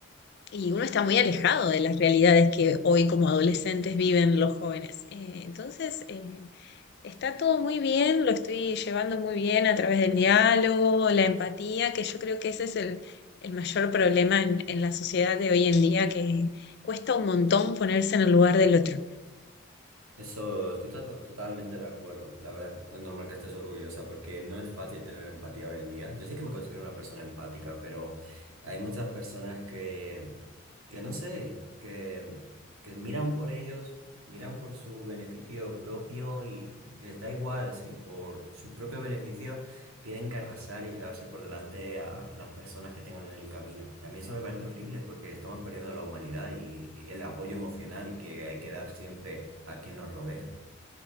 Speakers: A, on the left (about 50°); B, on the right (about 85°).
A: y uno está muy alejado de las realidades que hoy como adolescentes viven los jóvenes. Eh, entonces, eh, está todo muy bien, lo estoy llevando muy bien a través del diálogo, la empatía, que yo creo que ese es el, el mayor problema en en la sociedad de hoy en día, que cuesta un montón ponerse en el lugar del otro.
B: Eso, estoy to- totalmente de acuerdo. La verdad es que es normal que estés orgullosa porque no es fácil tener empatía hoy en día. Yo sí que me considero una persona empática, pero hay muchas personas que, que no sé, que, que miran por ellos, miran por su beneficio propio y les da igual si por su propio beneficio tienen que arrasar y llevarse por delante a las personas que tengan en el camino. A mí eso me parece horrible porque estamos perdiendo la humanidad y, y el apoyo emocional que hay que dar siempre a quien nos rodea.